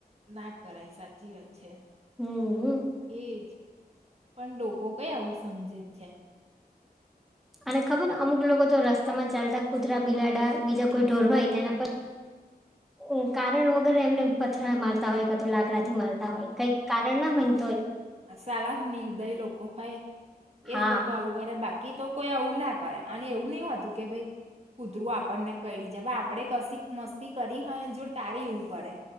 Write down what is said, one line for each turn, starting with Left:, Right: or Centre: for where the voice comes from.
Right: ના કરાય સાચી વાત છે.
Centre: હમ
Right: એજ. પણ લોકો કંઈ આવું સમજે જ છે?
Centre: અને ખબર અમુક લોકો તો રસ્તા માં ચાલતા કુતરા બિલાડા બીજા કોઈ ઢોર હોય તેના પર ઉ કારણ વગર એમને પથરા મારતા હોય કા તો લાકડા થી માર <unintelligible> કારણ ન હોયન
Right: સારા જ નિર્દય લોકો હોય
Centre: હા
Right: એજ લોકો આવું કરે બાકી તો કોઈ આવું ના કરે અને એવું નહી હોતું કે ભઈ કુતરું આપણને કૈડી જાય પ આપડે કશીક મસ્તી કરી હોય એન જોડ તારી એવું કરે.